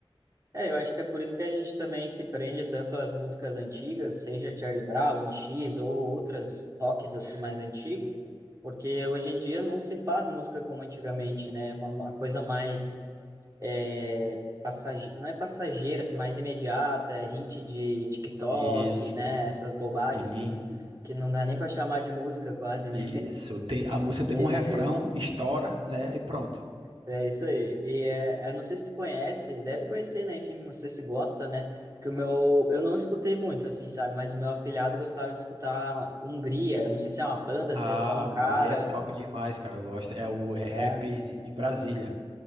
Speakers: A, on the right; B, on the right.
A: É, eu acho que é por isso que a gente também se prende tanto às músicas antigas, seja Charlie Brown, N X ou outras rocks assim mais antigo, porque hoje em dia não se faz música como antigamente, né? É Uma, uma coisa mais é, passageira, não é passageira, assim, mais imediata, é hit de TikTok,
B: Isso,
A: né? Essas bobagens
B: sim,
A: assim, que não dá nem para chamar de música quase, né?
B: isso. Tem, a música tem
A: <laughs>
B: um refrão, estoura, né, e pronto.
A: É isso aí. E é, eu não sei se tu conhece, deve conhecer, né? Enfim, não sei se gosta, né? Que o meu, eu não escutei muito, assim, sabe? Mas o meu afilhado gostava de escutar Hungria. Eu não sei se é uma banda,
B: Ah,
A: se é só um cara.
B: Hungria é top demais, cara. Eu gosto. É o é rap
A: é.
B: de Brasília.